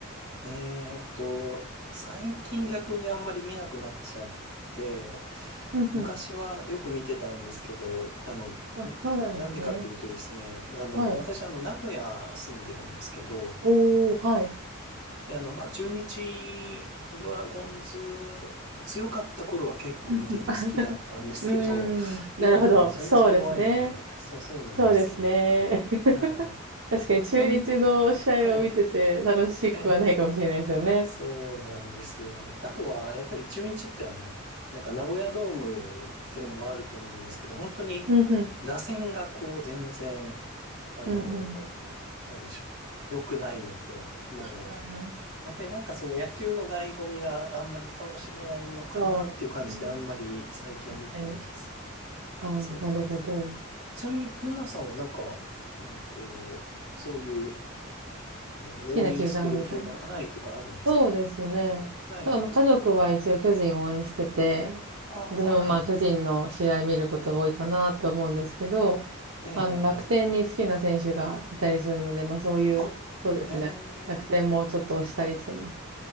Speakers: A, on the right; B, on the right.
A: えーっと、最近逆にあんまり見なくなっちゃって、
B: うんうん。
A: 昔はよく見てたんですけど、あの、ん
B: あ、そうなんですね。
A: なんでかっていうとですね、あの、
B: はい。
A: 私あの、名古屋住んでるんですけど、
B: おー、はい。
A: で、あの、まあ、中日ドラゴンズ強かった頃は結構見てて好きだったんですけど、
B: うんうん。あ、<laughs> うーん。
A: 今もうめちゃめちゃ弱いので、
B: なるほど。<laughs> そうですね。
A: そうそうなんですよ。
B: そうですね。<laughs>
A: はい。
B: 確かに中日の試合を見てて楽しくはないかもしれないですよね。
A: ちなみに、はい。ええ、そうなんですよ。あとは、やっぱり中日ってあの、なんか名古屋ドームっていうのもあると思うんですけど、本当に打線がこう全然、
B: うんうん。
A: あの、
B: うんうん。う
A: なんでしょう。良くないので、もう、
B: んうん
A: やっぱりなんかその野球の醍醐味があんまり楽しめないのかなっていう感じであんまり最近は見てないです。
B: そうですね。確かに。ああ、
A: そうなんです。
B: なるほど。好
A: ちなみに、ナナさんはなんか、えっと、そういう、あの、
B: きな球団みたいな。
A: 応援してる球団、はい、とかあるんですか
B: そうですね。
A: はい。
B: きょあの、家族は一応巨人を応援してて、
A: ああ、
B: 私もまあ巨人の試合見ることが多いかなって思うんですけど、
A: はい。ええ、ええ。
B: あの、楽天に好きな選手がいたりするので、
A: ええ
B: まあそういう、
A: あ、
B: そうですね。
A: へ
B: 楽天もちょっと推したりしてます。
A: え。